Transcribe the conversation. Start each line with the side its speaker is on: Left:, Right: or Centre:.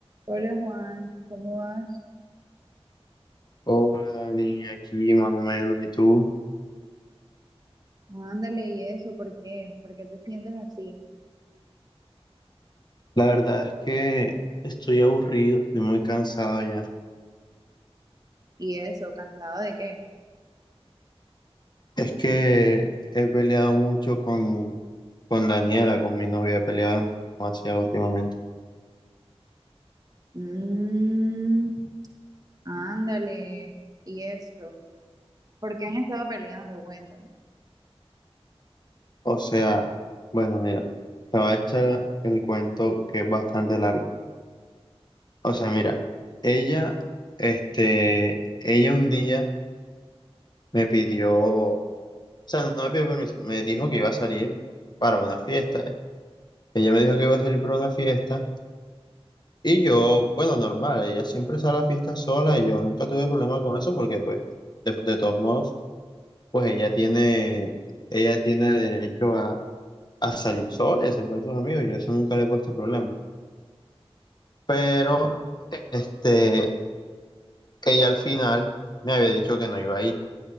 Right: Hola Juan, ¿cómo vas?
Left: Hola, Dani, aquí más o menos, ¿y tú?
Right: No, Ándale, ¿y eso? ¿Por qué? ¿Por qué te sientes así?
Left: La verdad es que estoy aburrido, estoy muy cansado ya.
Right: ¿Y eso? ¿Cansado de qué?
Left: Es que he peleado mucho con, con Daniela, con mi novia, he peleado demasiado últimamente.
Right: Mmm, ándale, ¿y eso? ¿Por qué han estado peleando? Cuéntame.
Left: O sea, bueno, mira, te voy a echar el cuento que es bastante largo. O sea, mira, ella, este, ella un día me pidió, o sea, no me pidió permiso, me dijo que iba a salir para una fiesta. Ella me dijo que iba a salir para una fiesta. Y yo, bueno, normal, ella siempre sale a la fiesta sola y yo nunca tuve problema con eso porque, pues, de, de todos modos, pues ella tiene, ella tiene derecho a, a salir sola y a salir con sus amigos, yo eso nunca le he puesto problema. Pero, este, ella al final me había dicho que no iba a ir,